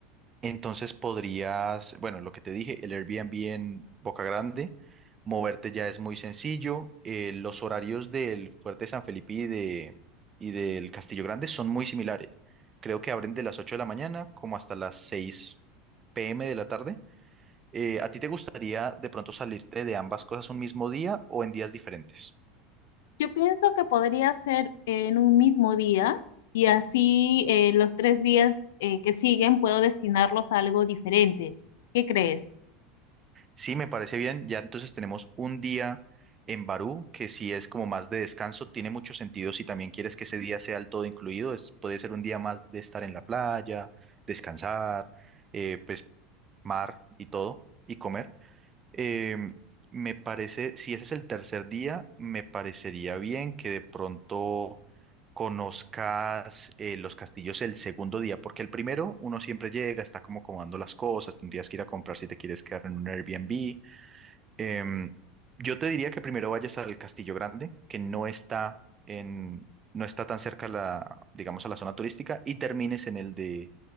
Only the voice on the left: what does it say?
Yo pienso que podría ser en un mismo día y así eh, los tres días eh, que siguen puedo destinarlos a algo diferente. ¿Qué crees?